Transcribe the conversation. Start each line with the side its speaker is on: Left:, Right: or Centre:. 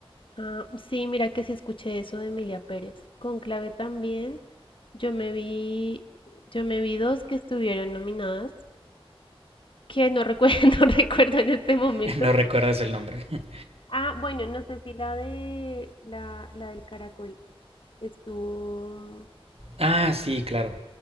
Left: ah, sí, mira que sí escuché eso de Emilia Pérez. Con Clave también, yo me vi, yo me vi dos que estuvieron nominadas, que no recuerdo, <laughs> no recuerdo en este momento.
Right: <laughs> No recuerdas el nombre. <laughs>
Left: Ah, bueno, no sé si la de la, la del caracol estuvo.
Right: Ah, sí, claro.